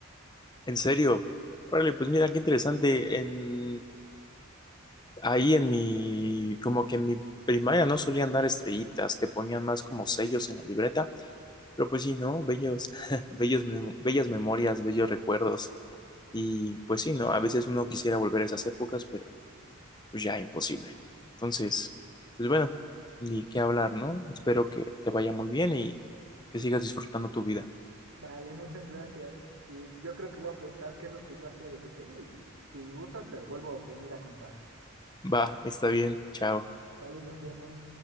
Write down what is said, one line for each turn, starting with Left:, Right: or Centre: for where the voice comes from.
Left: En serio, órale, pues mira qué interesante, en, ahí en mi, como que en mi primaria no solían dar estrellitas, te ponían más como sellos en la libreta Pero pues sí, ¿no? Bellos, <laughs> bellos mem- bellas memorias, bellos recuerdos. Y pues sí, ¿no? A veces uno quisiera volver a esas épocas, pero pues ya imposible. Entonces, pues bueno, ni qué hablar, ¿no? Espero que te vaya muy bien y que sigas disfrutando tu vida.
Right: Vale, muchas gracias. Y yo creo que voy a preguntar qué es lo que yo hacía de pequeño y si gustas te lo vuelvo a venir a contar.
Left: Va, está bien, chao.
Right: Vale, nos vemos.